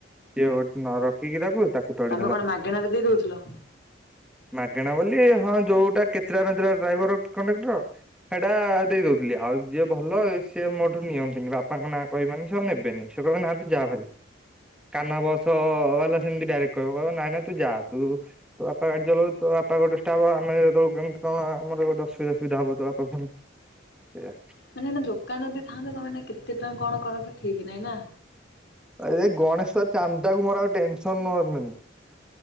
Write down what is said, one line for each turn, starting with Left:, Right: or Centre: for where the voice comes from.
Centre: ସିଏ ଗୋଟେ ନ ରଖିକି ତାକୁ ତାକୁ ତଡ଼ିଦେଲା।
Left: ତମେ କଣ ମାଗେଣା ରେ ଦେଇ ଦଉଥିଲ?
Centre: ମାଗେଣା ବୋଲି ହଁ ଯୋଉଟା କେଚେରା ନାଗାରା ଡ୍ରାଇଭର, କଣ୍ଡକ୍ଟର ସେଇଟା ଦେଇ ଦଉଥିଲି। ଆଉ ଯିଏ ଭଲ ସିଏ ମୋଠୁ ନିଅନ୍ତିନି ବାପ ପାଙ୍କ ନାଁ କହିବି ମାନେ ସେ ଆଉ ନେବେନି ସେ କହିବେ ନା ତୁ ଯାଭାରି କାନ୍ନା ବସବାଲା ସେମିତି ଡାଇରେକ୍ଟ କହିବ ନାଇଁ ନାଇଁ ତୁ ଯା ତୁ ତୋବାପା ଗାଡି ଚଲଉଚି ତୋବାପା ଗୋଟେ ଷ୍ଟାଫ, ଆମେ ବଳକୁ କେମିତି କଣ ଆମର ଗୋଟେ ଅସୁବିଧ ସୁବିଧାବ ବାପାଫୁଣି ସେଇଆ
Left: ମାନେ ଏଇନା ଦୋକାନ ଥାନ୍ତା ତମେ ଏଇନା କେତେ ଟଙ୍କା କଣ କରନ୍ତ ଠିକ ନାଇଁ ନା।
Centre: ଏ ଗଣେଶ ପୂଜା ଚାନ୍ଦାକୁ ମୋର ଆଉ ଟେନସନ। <unintelligible>